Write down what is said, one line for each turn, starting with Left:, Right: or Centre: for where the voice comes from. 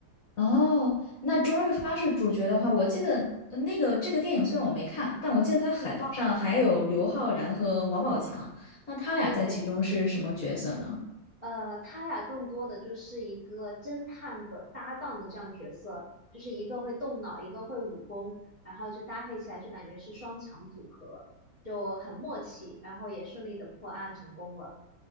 Left: 哦，那周润发是主角的话，我记得呃那个这个电影虽然我没看，但我记得它的海报上还有刘昊然和王宝强，
Right: 嗯
Left: 那他俩在其中是什么角色呢？
Right: 对，呃，他俩更多的就是一个侦探的搭档的这样角色，就是一个会动脑，一个会武功，然后就搭配起来就感觉是双强组合，就很默契，然后也顺利的破案成功了。